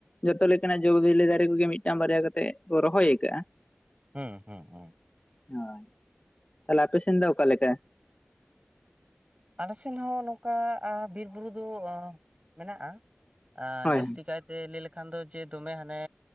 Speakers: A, on the left; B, on the right.
A: ᱡᱷᱚᱛᱚ ᱞᱮᱠᱟᱱᱟᱜ ᱡᱳᱼ ᱵᱮᱞᱮ ᱫᱟᱨᱮ ᱠᱚᱜᱮ ᱢᱤᱫᱴᱟᱝ ᱵᱟᱨᱭᱟ ᱠᱟᱛᱮᱜ ᱠᱚ ᱨᱚᱦᱚᱭ ᱠᱟᱜᱼᱟ᱾
B: ᱦᱩᱸ ᱦᱩᱸ ᱦᱩᱸ᱾
A: ᱦᱳᱭ ᱛᱟᱦᱚᱞᱮ ᱟᱯᱮ ᱥᱮᱱ ᱫᱚ ᱚᱠᱟ ᱞᱮᱠᱟ?
B: ᱟᱞᱮ ᱥᱮᱱ ᱦᱚᱸ ᱱᱚᱝᱠᱟ ᱵᱤᱨ ᱵᱩᱨᱩ ᱫᱚ ᱢᱮᱱᱟᱜᱼᱟ
A: ᱦᱳᱭ
B: ᱡᱟᱹᱥᱛᱤ ᱠᱟᱭ ᱛᱮ ᱞᱟᱹᱭ ᱞᱮᱠᱷᱟᱱ ᱫᱚ ᱡᱮ ᱫᱚᱢᱮ ᱦᱟᱸᱱᱮ